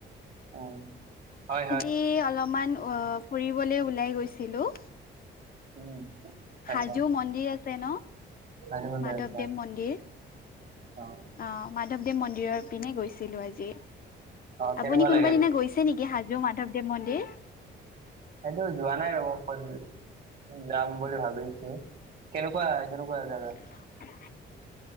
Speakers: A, on the right; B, on the left.
A: উম হয় হয়।
B: এই অলপমান অ ফুৰিবলে ওলাই গৈছিলোঁ।
A: উম
B: হাজো
A: আচ্ছা
B: মন্দিৰ আছে ন
A: আজি মন্দিৰ
B: মাধৱদেৱ
A: আছা
B: মন্দিৰ
A: অ
B: অহ মাধৱ দেৱ মন্দিৰৰ পিনে গৈছিলোঁ আজি
A: অ কেনেকুৱা
B: আপুনি কোনোবা
A: লাগিল
B: দিনা গৈছ গৈছে নেকি হাজো মাধৱদেৱ মন্দিৰ
A: সেইটো যোৱা নাই ৰ'ব <unintelligible> যাম বুলি ভাবিছোঁ কেনেকুৱা কেনেকুৱা জেগা
B: <unintelligible>